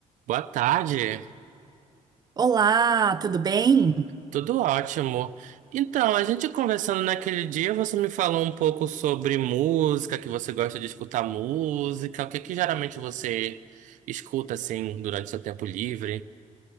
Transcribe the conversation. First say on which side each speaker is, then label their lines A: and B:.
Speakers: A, on the right (about 80°); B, on the right (about 30°).
A: Boa tarde,
B: Olá, tudo bem?
A: tudo ótimo. Então, a gente conversando naquele dia, você me falou um pouco sobre música, que você gosta de escutar música, o que que geralmente você escuta assim durante seu tempo livre?